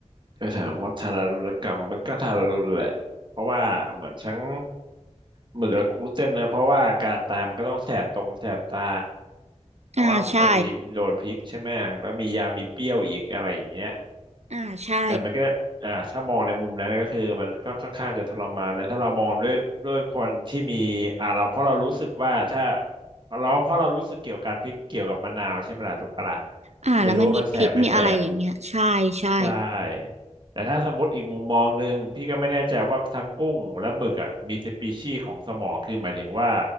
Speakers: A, on the right (about 40°); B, on the right (about 65°).
A: จะถามว่าทารุณกรรมมันก็ทารุณแหละ เพราะว่าเหมือนทั้งหมึกและกุ้งเส้นนะ เพราะว่าการตายมันก็ต้องแสบตรงแสบตาเพราะว่ามันก็มีโดนพริกใช่ไหมแล้วมียามีเปรี้ยวอีกอะไรอย่างเงี้ย
B: อ่าใช่อ่าใช่
A: แต่มันก็อ่าถ้ามองในมุมนั้นนะก็คือมันก็ค่อนข้างจะทรมานแล้วถ้าเรามองด้วยด้วยคนที่มีอ่าเราเพราะเรารู้สึกว่าถ้าเราเพราะเรารู้สึกเกี่ยวกับการพริกเกี่ยวกับมะนาวใช่ไหมล่ะถูกปะล่ะ
B: อ่าแล้วมันมีพริกมีอะไรอย่างเงี้ยใช่ใช่
A: มันจะรู้ว่ามันแสบไม่แสบใช่แต่ถ้าสมมติอีกมุมมองหนึ่งพี่ก็ไม่แน่ใจว่าทั้งกุ้งและหมึกอ่ะมีสปีชีส์ของสมองคือหมายถึงว่า